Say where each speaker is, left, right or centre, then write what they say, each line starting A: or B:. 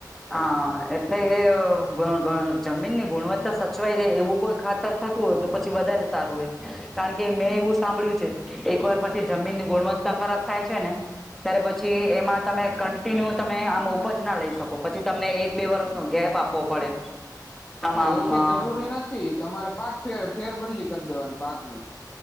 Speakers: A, in the centre; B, on the left (about 25°).
A: હા. એટલે એ <unintelligible> જમીન ની ગુણવત્તા સચવાઈ રહે એવું કોઈ ખાતર થતું હોય તો પછી વધારે સારું રહેે કારણ કે મેં એવું સાંભળ્યું છે એક વાર પછી જમીન ની ગુણવત્તા ખરાબ થાય છે ને ત્યારે પછી એમાં તમે કન્ટિન્યુ તમે આમ ઉપજ ના લઈ શકો. પછી તમને એક બે વર્ષ નો ગેપ આપવો પડે.
B: ના,
A: આમાં
B: એવું કઈ
A: આમ
B: જરૂરી નથી તમારે પાક છે ફેરબદલી કરી દેવાની પાક ની.